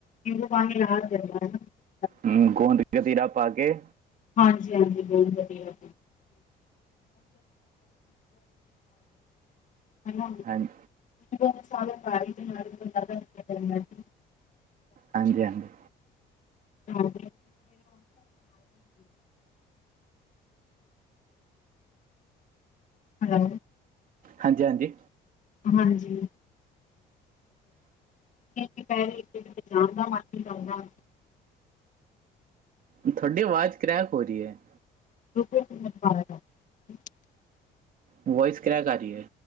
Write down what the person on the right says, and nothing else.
ਹੂੰ ਗੂੰਦ ਕਚੀਰਾਂ ਪਾ ਕੇ
ਹਾਂਜੀ
ਹਾਂਜੀ ਹਾਂਜੀ
ਹਾਂਜੀ-ਹਾਂਜੀ।
ਤੁਹਾਡੀ ਆਵਾਜ਼ ਕਰੈਕ ਹੋ ਰਹੀ ਹੈ।
ਵੋਇਸ ਕਰ੍ਰੈਕ ਆ ਰਹੀ ਹੈ